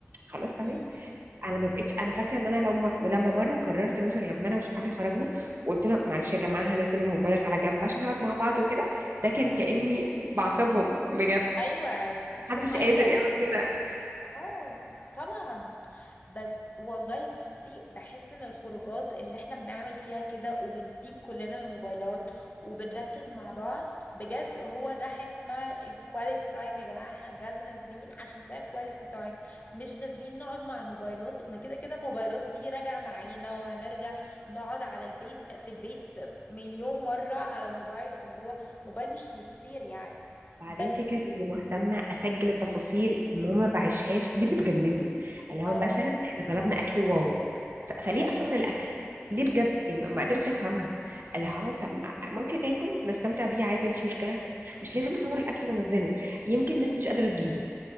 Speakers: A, on the right; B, on the left.
A: خلاص تمام
B: مم.
A: انا ما بقتش انا فاكره ان انا لما لما مره قررت مثلا لما انا وصحابي خرجنا وقلت لهم معلش يا جماعه هنركن الموبايلات على جنب عشان نقعد مع بعض وكده ده كان كاني بعاقبهم بجد
B: ايوه دي
A: محدش
B: حقيقة
A: قادر يعمل كده
B: اه طبعا بس والله بصي بحس ان الخروجات اللي احنا بنعمل فيها كده وبنسيب كلنا الموبايلات وبنركز مع بعض بجد هو ده حاجة اسمها الكواليتي تايم يا جماعة احنا بجد نازلين عشان ده كواليتي تايم مش نازلين نقعد مع الموبايلات ما كده كده الموبايلات دي راجع معانا وهنرجع نقعد على البيت في البيت مليون مرة على الموبايل فاللي هو موبايل مش هيطير يعني
A: بعدين
B: بس
A: فكره اني مهتمه اسجل التفاصيل المهم ما بعيشهاش دي بتجنني اللي هو
B: اه
A: مثلا احنا طلبنا اكل واو ف... فليه اصور الاكل ليه بجد ما ما قدرتش افهمها اللي
B: اه
A: هو طب ما- ممكن ناكل نستمتع بيه عادي مفيش مشكله مش لازم اصور الاكل وانزله يمكن الناس مش قادره تجيبه